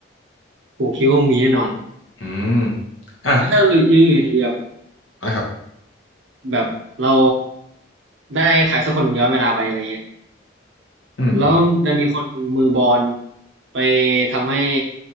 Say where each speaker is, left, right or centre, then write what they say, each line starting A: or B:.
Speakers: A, on the right; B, on the left.
A: ผมคิดว่ามีแน่นอน
B: อืมอ่ะ
A: แล้วถ้าอยู่อยู่ดีแบบ
B: นะครับ
A: แบบเราได้ขายสักคนย้อนเวลาไปอะไรเงี้ย
B: อืม
A: แล้วจะมีคนมือบอลไปทำให้